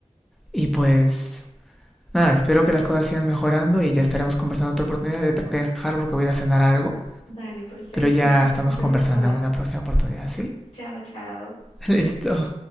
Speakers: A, in the centre; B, on the left.
A: Y pues, nada, espero que las cosas sigan mejorando y ya estaremos conversando en otra oportunidad. Te tengo que dejar porque voy a ir a cenar algo,
B: Dale, perfecto.
A: pero ya estamos
B: <laughs> Yo
A: conversando
B: igual.
A: en una próxima oportunidad, ¿sí?
B: Chao, chao.
A: <laughs> Listo.